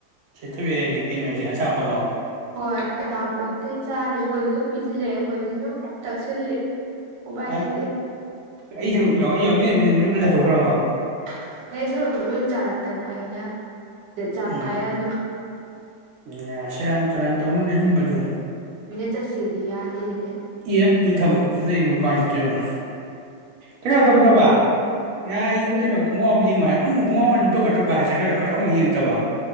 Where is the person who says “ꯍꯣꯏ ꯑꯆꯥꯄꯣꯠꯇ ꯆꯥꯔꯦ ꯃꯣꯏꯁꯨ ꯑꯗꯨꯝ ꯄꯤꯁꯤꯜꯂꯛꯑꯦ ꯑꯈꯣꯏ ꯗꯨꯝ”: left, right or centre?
Right